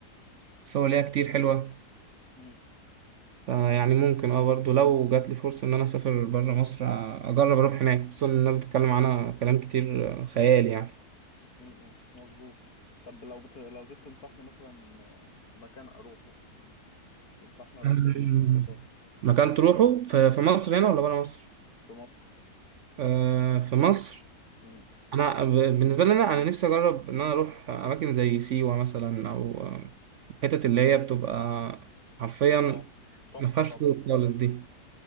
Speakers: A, on the right; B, on the left.
A: صور ليها كتير حلوه
B: امم
A: فيعني ممكن اه برضو لو جات لي فرصه ان انا اسافر بره مصر آه، اجرب اروح هناك خصوصا إن الناس بتتكلم عنها كلام كتير آه، خيال يعني
B: امم مظبوط طب لو بت... لو جيت تنصحني مثلا في مكان اروحه تنصحني اروح
A: أمم.
B: فين مثلا اسافر
A: مكان تروحه في في
B: مم.
A: مصر هنا ولا برا مصر؟
B: في مصر
A: آه في مصر
B: امم
A: انا ب- بالنسبه لي انا انا نفسي اجرب ان انا اروح اماكن زي سيوه مثلا او آه، الحتت اللي هي بتبقى حرفيا
B: اه تحفه
A: ما فيهاش
B: طبعا
A: طرق خالص دي